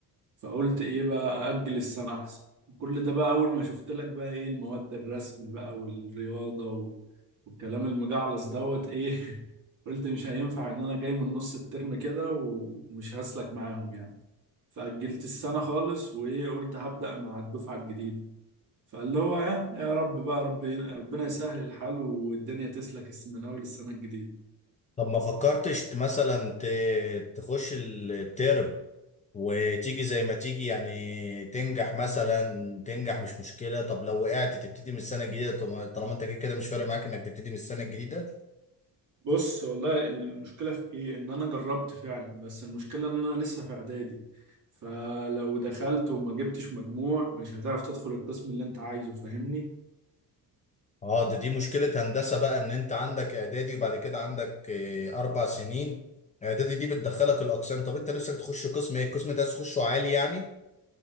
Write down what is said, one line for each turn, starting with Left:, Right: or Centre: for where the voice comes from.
Right: فقلت ايه بقى اجل السنه احسن كل ده بقى اول ما شفت لك بقى ايه المواد الرسم بقى والرياضه و... والكلام المجعلص دوت ايه <laughs> قلت مش هينفع ان انا جاي من نص الترم كده ومش هسلك معاهم يعني فأجلت السنة خالص وإيه قلت هبدأ مع الدفعة الجديدة فقال له هو يا يا رب بقى ربي ربنا يسهل الحال والدنيا تسلك الس- من أول السنة الجديدة
Left: طب ما فكرتش ت- مثلا ت... تخش الترم وتيجي زي ما تيجي يعني تنجح مثلا تنجح مش مشكلة طب لو وقعت تبتدي من السنة الجديدة طب- طالما انت كده كده مش فارق معاك انك تبتدي من السنة الجديدة
Right: بص والله المشكلة في إيه إن أنا جربت فعلا بس المشكلة إن أنا لسه في إعدادي فلو دخلت وما جبتش مجموع مش هتعرف تدخل القسم اللي أنت عايزه فاهمني
Left: اه ده دي مشكلة هندسة بقى ان انت عندك اعدادي وبعد كده عندك آه، اربع سنين اعدادي دي بتدخلك الاقسام طب انت نفسك تخش قسم ايه القسم ده عايز تخشه عالي يعني